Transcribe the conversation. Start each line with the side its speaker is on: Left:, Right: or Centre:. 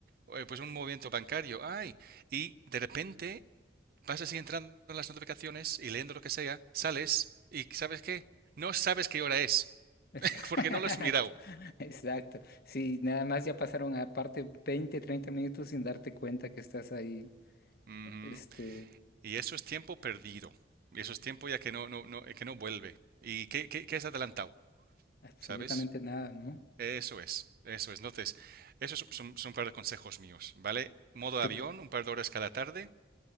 Right: eh, pues un movimiento bancario, hay Y de repente vas así entrando en las notificaciones y leyendo lo que sea, sales y ¿sabes qué? No sabes qué hora es,
Left: Exacto,
Right: <laughs> porque no lo has mirado.
Left: <laughs> exacto. Sí, nada más ya pasaron aparte 20, 30 minutos sin darte cuenta que estás ahí,
Right: Ujú.
Left: este,
Right: Y eso es tiempo perdido. Y eso es tiempo ya que no, no, no, que no vuelve. ¿Y qué, qué, qué es adelantado?
Left: absolutamente
Right: ¿Sabes?
Left: nada, ¿no?
Right: Eso es, eso es. Entonces, esos son, son un par de consejos míos, ¿vale? Modo
Left: tú-
Right: avión, un par de horas cada tarde,